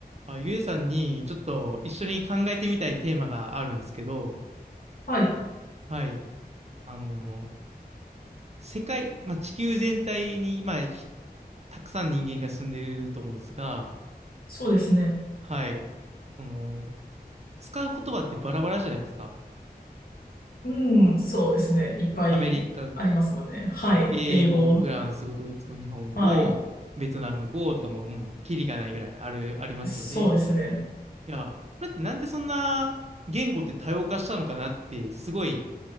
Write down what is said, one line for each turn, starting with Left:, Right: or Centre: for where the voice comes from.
Right: あ、ゆえさんにちょっと一緒に考えてみたいテーマがあるんですけど、
Left: はい。
Right: はい。あの世界、まあ、地球全体に、まあ、ひたくさん人間が住んでると思うんですが、
Left: そうですね。
Right: はい。その、使う言葉ってバラバラじゃないですか。
Left: うん、そうですね。いっぱいありますもんね。
Right: アメリカ
Left: はい。
Right: 語、英語、
Left: 英語。
Right: フランス語、ドイツ語、日本語、
Left: はい。
Right: ベトナム語とかもう、もう、キリがないぐらいある、ありますよね。
Left: そうですね。
Right: いや、これってなんでそんな言語って多様化したのかなって、すごい、